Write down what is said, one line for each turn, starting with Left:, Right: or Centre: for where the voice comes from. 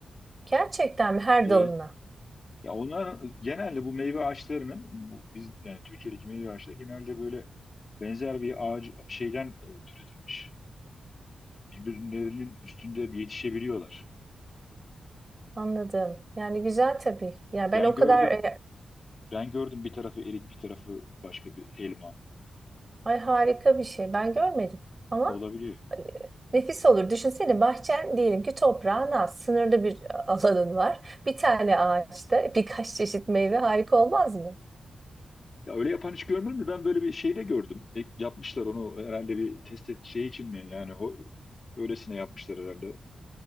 Right: Gerçekten mi? Her
Left: E,
Right: dalına.
Left: ya onlar genelde bu meyve ağaçlarının, bu, biz yani Türkiye'deki meyve ağaçları genelde böyle benzer bir ağaç şeyden e, türetilmiş. Birbirlerinin üstünde yetişebiliyorlar.
Right: Anladım. Yani güzel tabii. Ya ben
Left: Ben
Right: o kadar
Left: gördüm,
Right: e,
Left: ben gördüm bir tarafı erik, bir tarafı başka bir elma
Right: ay harika bir şey. Ben görmedim ama
Left: olabiliyor.
Right: e, nefis olur. Düşünsene bahçen diyelim ki toprağın az, sınırlı bir alanın var. Bir tane ağaçta birkaç çeşit meyve harika olmaz mı?
Left: Ya öyle yapan hiç görmedim de ben böyle bir şey de gördüm. E, yapmışlar onu herhalde bir test et, şey için mi yani ho- öylesine yapmışlar herhalde.